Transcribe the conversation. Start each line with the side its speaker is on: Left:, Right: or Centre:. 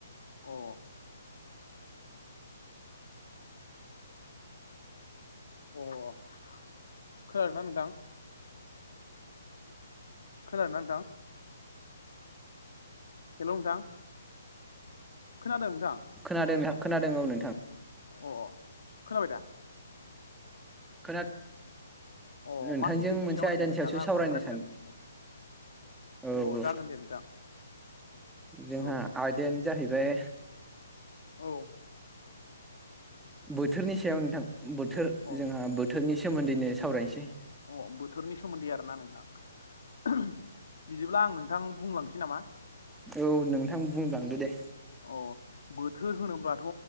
Left: अ अ खोनादोंना नोंथां? खोनादोंना नोंथां? हेल' नोंथां खोनादों नोंथां?
Centre: खोनादों नोंथां खोनादों औ नोंथां।
Left: अ खोनाबाय दा?
Centre: खोना
Left: अ
Centre: नोंथांजों
Left: मा टपिकनि
Centre: मोनसे
Left: सायाव होनदोंमोन
Centre: आयदानि
Left: नोंथाङा
Centre: सायावसो
Left: आं
Centre: सावरायनो
Left: बांद्राय
Centre: सान
Left: मोजां खोनायाखै?
Centre: औ
Left: अ
Centre: औ
Left: जागोन दे नोंथां।
Centre: जोंहा
Left: औ
Centre: आयदायानो जाहैबाय
Left: औ
Centre: बोथोरनि सायाव नोंथां बोथोर
Left: औ
Centre: जोंहा बोथोरनि सोमोन्दैनो सावरायनोसै।
Left: अ बोथोरनि सोमोन्दै आरोना नोंथां बिदिब्ला आं नोंथां बुंलांसै नामा?
Centre: औ नोंथां बुंलांदो दे
Left: अ बोथोर होनोब्लाथ'